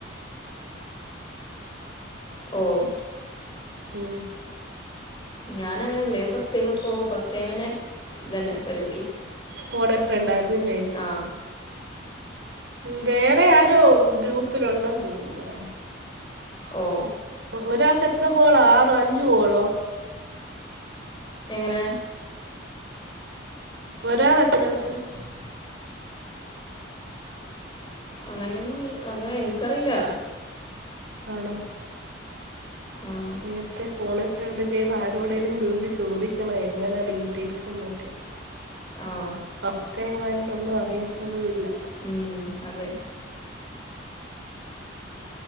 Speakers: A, on the left; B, on the right.
A: ഓഹ്
B: ഉം
A: ഞാൻ അങ്ങനെ ഒന്നുല്ല ഫസ്റ്റ് ടൈം ഇപ്പോ ഫസ്റ്റ് ടൈം അന്നെ ഇതന്നെ പരിപാടി
B: !!!!!!!!!!
A: ആഹ്
B: ഉം വേറെ ആരോ ഗ്രൂപ്പിലുണ്ടെന്ന് തോന്നുന്നു
A: ഓ
B: ഒരാൾക്ക് എത്ര കോളോ ആറ് അഞ്ച് കോളോ
A: എങ്ങനെ
B: ഒരാൾ എത്ത <unintelligible>
A: അങ്ങനെയൊന്നും അങ്ങനെ എനിക്കറിയില്ല
B: ആണോ
A: ആഹ്
B: നേരത്തെ- ഫോണെ ഫ്രണ്ട് ചെയ്ത ആരോടെലും ഗ്രൂപ്പി ചോദിക്കണോ എങ്ങനെ ഡീറ്റെയിൽസ് എന്നൊക്കെ -
A: ആഹ്
B: ഫസ്റ്റ് ടൈം ആയൊണ്ട് ഒന്നും അറിയത്തോന്നുയില്ല
A: ഉം അതെ